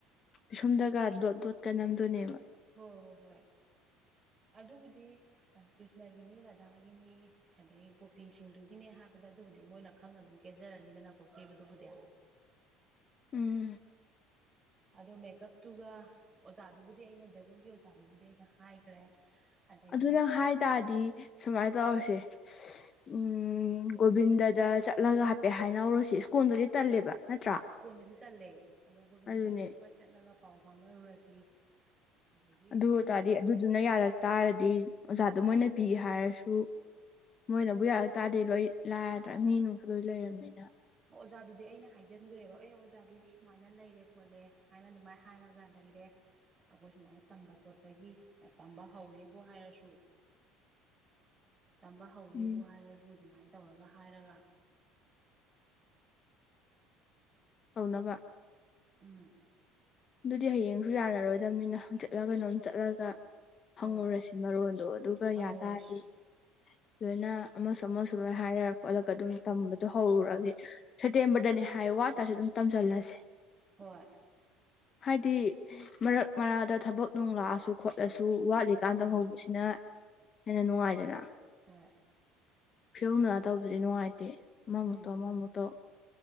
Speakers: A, on the left; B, on the right.
A: ꯄꯤꯁꯨꯝꯗꯒ ꯗꯣꯠ ꯗꯣꯠꯀ ꯅꯝꯗꫭꯅꯦꯕ꯫
B: ꯍꯣꯏ ꯍꯣꯏ ꯍꯣꯏ ꯑꯗꯨꯕꯨꯗꯤ ꯀ꯭ꯔꯤꯁꯅꯒꯤꯅꯤ ꯔꯥꯙꯥꯒꯤꯅꯤ ꯑꯗꯒꯤ ꯒꯣꯄꯤꯁꯤꯡꯗꯨꯒꯤꯅꯦ ꯍꯥꯏꯕꯗ ꯑꯗꯨꯕꯨꯗꯤ ꯃꯣꯏꯅ ꯈꯪꯉ ꯑꯗꯨꯝ ꯀꯦꯖꯔꯅꯤꯗꯅꯀꯣ ꯀꯦꯕꯗꯨꯕꯨꯗꯤ
A: ꯎꯝ
B: ꯑꯗꯣ ꯃꯦꯀꯞꯇꯨꯒ ꯑꯣꯖꯥꯗꯨꯕꯨꯗꯤ ꯑꯩꯅ ꯖꯒꯣꯏꯒꯤ ꯑꯣꯖꯥꯗꯨꯕꯨꯗꯤ ꯑꯩꯅ ꯍꯥꯏꯈ꯭ꯔꯦ ꯑꯗꯒꯤ
A: ꯑꯗꯨ ꯅꯪ ꯍꯥꯏ ꯇꯔꯗꯤ ꯁꯨꯃꯥꯏꯅ ꯇꯧꯔꯁꯦ ꯎꯝ ꯒꯣꯕꯤꯟꯗꯗ ꯆꯠꯂꯒ ꯍꯥꯏꯄꯦꯠ ꯍꯥꯏꯅꯍꯧꯔꯣꯁꯤ ꯁ꯭ꯀꯣꯟꯗꯗꯤ ꯇꯜꯂꯦꯕ ꯅꯠꯇ꯭ꯔꯥ
B: ꯁ꯭ꯀꯣꯟꯜꯗꯗꯤ ꯇꯜꯂꯦ ꯑꯗꯣ ꯒꯣꯕꯤꯟꯗꯒꯤꯗꯨꯃ
A: ꯑꯗꯨꯅꯦ
B: ꯆꯠꯂꯒ ꯄꯥꯎ ꯐꯥꯎꯅꯔꯨꯔꯁꯤ ꯑꯗꯒꯤ
A: ꯑꯗꯨ ꯑꯣꯏꯇꯥꯔꯗꯤ ꯑꯗꯨꯗꯨꯅ ꯌꯥꯔꯛ ꯇꯥꯔꯗꯤ ꯑꯣꯖꯥꯗꯨ ꯃꯣꯏꯅ ꯄꯤꯒꯦ ꯍꯥꯏꯔꯁꯨ ꯃꯣꯏꯅꯕꯨ ꯌꯥꯔ ꯇꯥꯔꯗꯤ ꯂꯣꯏ ꯂꯥꯗ꯭ꯔꯥ ꯃꯤꯅꯨꯡꯁꯨ ꯂꯣꯏ ꯂꯩꯔꯝꯅꯤꯅ
B: ꯑꯣꯖꯥꯗꯨꯗꯤ ꯑꯩꯅ ꯍꯥꯏꯖꯤꯟꯈ꯭ꯔꯦꯕ ꯑꯦ ꯑꯣꯖꯥꯗꯨꯁꯨ ꯁꯨꯃꯥꯏꯅ ꯂꯩꯔꯦ ꯈꯣꯠꯂꯦ ꯍꯥꯏꯅ ꯑꯗꯨꯃꯥꯏꯅ ꯍꯥꯏꯔꯒ ꯂꯩꯔꯦ ꯑꯩꯈꯣꯏ ꯁꯨꯃꯥꯏꯅ ꯇꯝꯕ ꯈꯣꯠꯄꯒꯤ ꯇꯝꯕ ꯍꯧꯔꯦꯕꯨ ꯍꯥꯏꯔꯁꯨ ꯇꯝꯕ ꯍꯧꯔꯦꯕꯨ
A: ꯎꯝ
B: ꯍꯥꯏꯔꯁꯨ ꯑꯗꯨꯃꯥꯏꯅ ꯇꯧꯔꯒ ꯍꯥꯏꯔꯒ
A: ꯇꯧꯅꯕ
B: ꯎꯝ
A: ꯑꯗꯨꯗꯤ ꯍꯌꯦꯡꯁꯨ ꯌꯥꯔꯔꯣꯏꯗꯕꯅꯤꯅ ꯍꯪꯆꯤꯠꯂ ꯀꯩꯅꯣꯝ ꯆꯠꯂꯒ ꯍꯪꯉꯨꯔꯁꯤ
B: ꯍꯣꯏ
A: ꯃꯔꯣꯟꯗꯣ ꯑꯗꯨꯒ
B: ꯍꯪꯉꯨꯔꯁꯤ
A: ꯌꯥ ꯇꯔꯗꯤ ꯂꯣꯏꯅ ꯑꯃꯁꯨ ꯑꯃꯁꯨ ꯂꯣꯏ ꯍꯥꯏꯔ ꯈꯣꯠꯂꯒ ꯑꯗꯨꯝ ꯇꯝꯕꯗꯣ ꯍꯧꯔꯨꯔꯒꯦ ꯁꯦꯞꯇꯦꯝꯕꯔꯗꯅꯦ ꯍꯥꯏ ꯋꯥꯇꯥꯔꯁꯨ ꯑꯗꯨꯝ ꯇꯝꯁꯤꯜꯂꯁꯦ
B: ꯍꯣꯏ
A: ꯍꯥꯏꯗꯤ ꯃꯔꯛ ꯃꯔꯥꯗ ꯊꯕꯛ ꯅꯨꯡ ꯂꯥꯛꯑꯁꯨ ꯈꯣꯠꯂꯁꯨ ꯋꯥꯠꯂꯤꯀꯥꯟ
B: ꯎꯝ
A: ꯇꯝ ꯍꯧꯕ ꯁꯤꯅ ꯍꯦꯟꯅ ꯅꯨꯡꯉꯥꯏꯗꯅ
B: ꯍ <unintelligible>
A: ꯐꯤꯔꯧꯅ ꯇꯧꯗꯨꯗꯤ ꯅꯨꯡꯉꯥꯏꯇꯦ ꯑꯃ
B: ꯎꯝ
A: ꯃꯨꯛꯇꯣ ꯑꯃ ꯃꯨꯛꯇꯣ